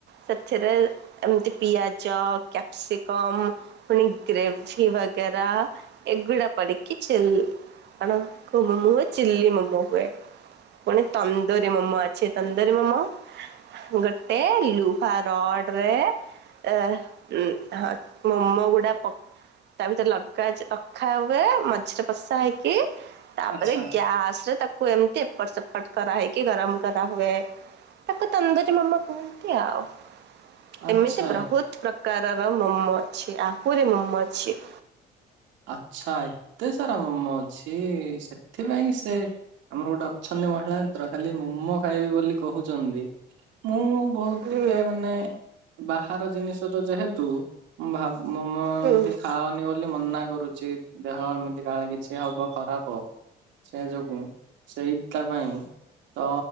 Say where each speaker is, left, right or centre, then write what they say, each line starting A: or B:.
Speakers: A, on the right (about 65°); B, on the right (about 80°).
A: ସେଥିରେ ଏମିତି ପିଆଜ କ୍ୟାପସିକମ ପୁଣି ଗ୍ରେଭି ବଗରା ଏଗଡ଼ପଡ଼କି ଚଲ ଆପଣଙ୍କ ମୋମ ହୁଏ ଚିଲ୍ଲି ମୋମୋ ହୁଏ। କୁଣିେ ତନ୍ଦରୀ ମାମ ଅଛେ ତନ୍ଦରିୀ ମାମ ଗୋଟେ ଲୁହା ରଡରେ। ଅ ଉ ମୋମୋ ଗୁଡା ପ ତା ଭିତରେ ଲଗା ରଖା ହୁଏ ମଝିରେ ବସା ହେଇକି ତାପରେ
B: ଆଚ୍ଛା
A: ଗ୍ୟାସ ରେ ତାକୁ ଏମିତି ଏପଟ ସେପଟ କରାହେଇକି ଗରମ କରାହୁୁଏ। ତାକୁ ତନ୍ଦୁରୀ ମୋମୋ କହନ୍ତି ଆଉ।
B: ଆଚ୍ଛା
A: ଏମିତି ବହୁତ ପ୍ରକାରର ମୋମ ଅଛି ଆହୁରି ମୋମୋ ଅଛି।
B: ଆଚ୍ଛା ଏତେ ସାରା ମୋମ ଅଛି ସେଥିପାଇଁ ସେ ଆମର ଗୋଟେ ଅଛନ୍ତି ମହିଳା ମିତ୍ର ଖାଲି ମୋମୋ ଖାଇବି ବୋଲି କହୁଛନ୍ତି। ମୁଁ ବହୁତ
A: ହୁଁ
B: ଟିକେ ମାନେ ବାହାର ଜିନିଷ ତ ଯେହେତୁଁ ଭାବୁ ମୋମୋ ଏମତି
A: ହୁଁ
B: ଖାାଉନି ବୋଲି ମନା କରୁଛି ଦେହ ଏମିତି କାଳେ କିଛି ହବ ଖରାପ ସେହି ଯୋଗୁଁ ସେଇଟା ପାଇଁ ତ